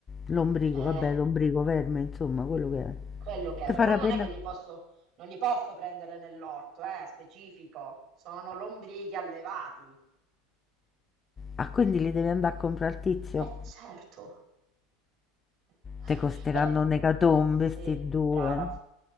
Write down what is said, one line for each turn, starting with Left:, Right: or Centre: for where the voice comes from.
Left: L'ombrico,
Right: Eh,
Left: vabbè, l'ombrico, verme, insomma, quello che è.
Right: Quello che
Left: Ti
Right: è,
Left: fa
Right: però
Left: la
Right: non
Left: pena...
Right: è che li posso, non li posso prendere nell'orto, eh, specifico, sono lombrichi allevati.
Left: Ah, quindi li devi andare a comprare al tizio?
Right: Eh certo. <laughs>
Left: Te costeranno
Right: Perché...
Left: un'ecatombe,
Right: Sì,
Left: sti due.
Right: brava.